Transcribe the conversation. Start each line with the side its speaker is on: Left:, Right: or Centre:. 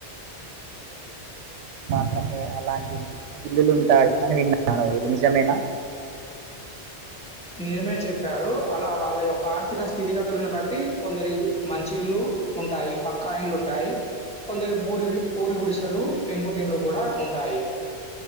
Right: డే అలాంటి ఇల్లులుంటాయి అని విన్నాను ఎది నిజమేనా
Centre: నిజమే చెప్పారు అలా వాళ్ళ యొక్క ఆర్థిక స్థితిగతులను బట్టి కొందరి మంచి ఇళ్ళలు ఉంటాయి పక్కా ఇల్లు ఉంటాయి కొందరు పూరి పూరి గుడిసెలు పెంకుటింలు కూడా ఉంటాయి